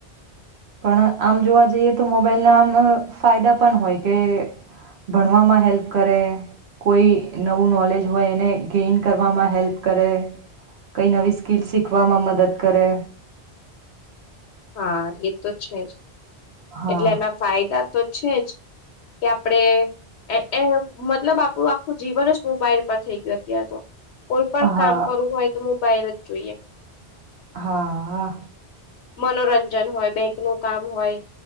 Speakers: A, on the right (about 70°); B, on the left (about 85°).
A: પણ આમ જોવા જઈએ તો મોબાઈલના આમ ફાયદા પણ હોય કે ભણવામાં હેલ્પ કરે કોઈ નવું નોલેજ હોય એને ગેઈન કરવામાં હેલ્પ કરે કઈ નવી સ્કીલ શીખવામાં મદદ કરે
B: <unintelligible> હા એ તો છે જ
A: હા,
B: એટલે એના ફાયદા તો છે જ કે આપડે એ મતલબ આપણું આખું જીવન જ મોબાઈલ પર થઈ ગયું અત્યારે તો કોઈ પણ
A: હા.
B: કામ કરવું હોય તો મોબાઈલ જ જોઈએ
A: હા
B: મનોરંજન હોય બેંક નું કામ હોય